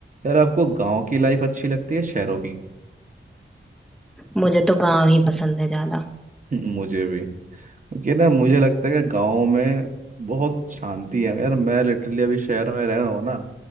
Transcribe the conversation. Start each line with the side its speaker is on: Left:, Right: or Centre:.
Right: यार आपको गांव की लाइफ अच्छी लगती है शहरों की
Centre: मुझे तो गांव ही पसंद है ज्यादा
Right: <laughs> मुझे भी क्योंकि ना मुझे लगता है कि गांव में बहुत शांति है यार मैं लिटरली अभी शहर में रह रहा हूँ ना